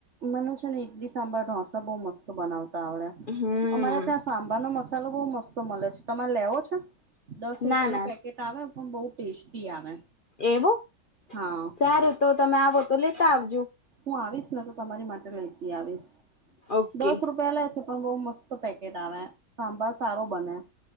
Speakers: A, on the right; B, on the left.
A: મને છે ને ઈડલી સાંભાર ઢોસા બહુ મસ્ત બનાવતા આવડે
B: હમ.
A: અમારે ત્યાં સાંભાર નો મસ્ત ચાલ બહુ મસ્ત મળે છે તમારે લેવો છે દસ રૂપિયાનું
B: ના ના
A: પેકેટ આવે પણ બહુ ટેસ્ટી આવે,
B: એવું
A: હા.
B: સારું તો તમે આવો તો લેતા આવજો.
A: હું આવીશ ને તો તમારી માટે લેતી આવીશ
B: ઓકે
A: દસ રૂપિયા લે છે પણ બઉ મસ્ત પેકેટ આવે સાંભાર સારો બને.